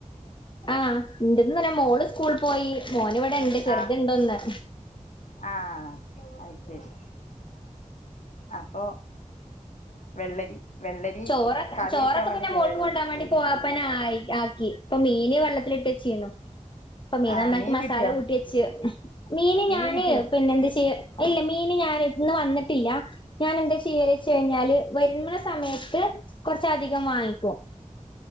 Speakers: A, on the left (about 40°); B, on the left (about 70°).
A: ആഹ് ഇൻ്റതും തന്നെ മോള് സ്കൂൾ പോയി മോന് ഇവിടെ ഇണ്ട് ചെറുത്
B: ആഹ്
A: ഇണ്ടോന്ന്
B: ആഹ് അത് ശരി അപ്പൊ വെള്ളരി വെള്ളരി
A: ചോറ്
B: കറി
A: ചോറൊക്കെ
B: വെക്കാൻ വേണ്ടിട്ടേ
A: പിന്നെ മോൾക്ക്
B: വെള്ള
A: കൊണ്ടാൻ വാണ്ടി പോവാപ്പനെ ആയി ആക്കി ഇപ്പൊ മീനി വെള്ളത്തിലിട്ട് വെച്ചിനു അപ്പൊ മീൻ
B: ആഹ്
A: നന്നാക്കി മസാല
B: കിട്ടിയോ
A: കൂട്ടി വെച്ച് മീന് ഞാന്
B: മീൻ കിട്ടിയോ
A: പിന്നെ എന്ത് ചെയ്യ ഇല്ല മീന് ഞാൻ ഇന്ന് വന്നിട്ടില്ല ഞാൻ എന്താ ചെയീല് ച്ച് കഴിഞ്ഞാല് വരുന സമയ ത്ത് കൊറച്ചധികം വാങ്ങിക്കും